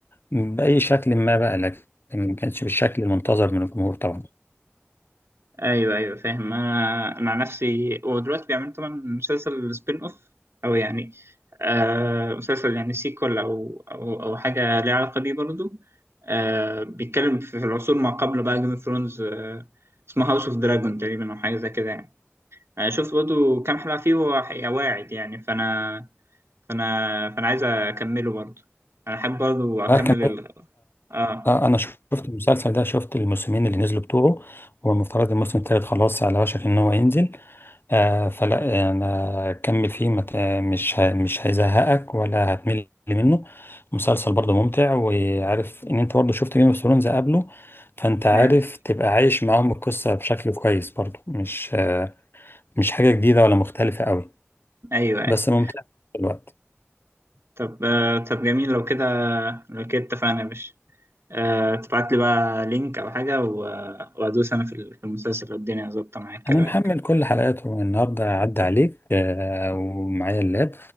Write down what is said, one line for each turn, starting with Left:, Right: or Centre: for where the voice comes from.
Left: بأي شكل ما بقى لكن ما كانش بالشكل المنتظر من الجمهور طبعا
Right: ايوه ايوه فاهم انا انا عن نفسي هو دلوقتي بيعملوا طبعا مسلسل سبين اوف او يعني آه مسلسل يعني سيكول او او او حاجه ليها علاقه بيه برضه آه بيتكلم في في العصور ما قبل بقى جيم اوف ثرونز آه اسمه هاوس اوف دراجون تقريبا او حاجه زي كده يعني انا شفت برضه كام حلقه فيه وهو حقيقة واعد يعني فانا فانا فانا عايز اكمله برضه انا حابب برضه اكمل
Left: لكن
Right: ال... اه
Left: آه، انا شفت المسلسل ده شفت الموسمين اللي نزلوا بتوعه هو المفترض الموسم التالت خلاص على وشك ان هو ينزل آه فلا انا كمل فيه مت... مش ه... مش هيزهقك ولا هتمل منه مسلسل برضه ممتع وعارف ان انت برضه شفت جيم اوف ثرونز قبله فانت عارف
Right: ماشي
Left: تبقى عايش معاهم القصة بشكل كويس برضه مش مش حاجة جديدة ولا مختلفة قوي
Right: ايوه أيوة.
Left: بس ممتع في الوقت
Right: طب آه، طب جميل لو كده لو كده اتفقنا يا باشا آه، تبعت لي بقى لينك أو حاجة و- وأدوس أنا في ال- في المسلسل والدنيا ظابطة معاك إيه
Left: انا
Right: رأيك؟
Left: محمل كل حلقاته النهارده عدى عليك آه، ومعايا اللاب